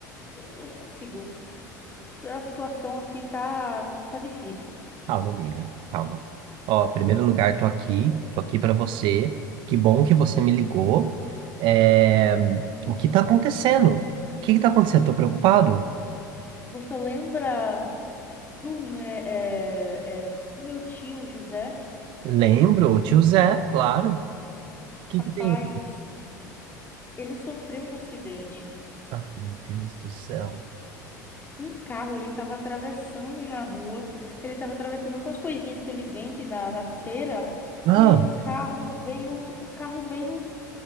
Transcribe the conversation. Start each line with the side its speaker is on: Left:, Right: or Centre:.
Left: eu não consigo. A situação aqui tá, tá difícil.
Right: Calma, amiga. Calma. Ó, em primeiro lugar, tô aqui. Tô aqui pra você. Que bom que você me ligou. É, O que tá acontecendo? O que que tá acontecendo? Tô preocupado.
Left: Você lembra do, me- é, é, do meu tio José?
Right: Lembro, o tio Zé, claro. O que
Left: Rapaz,
Right: que tem?
Left: ele sofreu um acidente.
Right: Ai, meu Deus do céu.
Left: Um carro, ele estava atravessando na rua, ele estava atravessando com as coisinhas que ele vende na, na feira,
Right: Ah,
Left: e aí o carro veio, o carro veio,